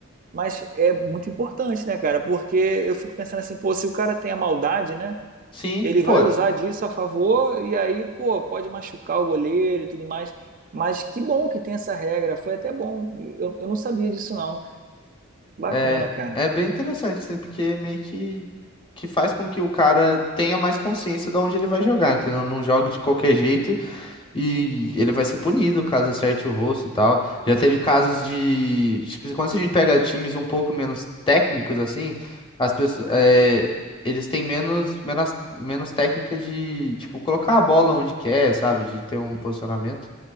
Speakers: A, on the right; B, on the left.
A: Mas é muito importante, né, cara? Porque eu fico pensando assim, pô, se o cara tem a maldade, né?
B: Sim,
A: Ele
B: pô,
A: vai usar disso a favor e aí, pô, pode machucar o goleiro e tudo mais. Mas que bom que tem essa regra. Foi até bom. Eu, eu não sabia disso, não. Bacana,
B: é,
A: cara.
B: é bem interessante, assim, porque meio que, que faz com que o cara tenha mais consciência de onde ele vai jogar, entendeu? Não joga de qualquer jeito e ele vai ser punido caso acerte o rosto e tal. Já teve casos de, tipo, quando a gente pega times um pouco menos técnicos, assim, as pessoas, é, eles têm menos, menos, menos técnica de, tipo, colocar a bola onde quer, sabe? De ter um posicionamento.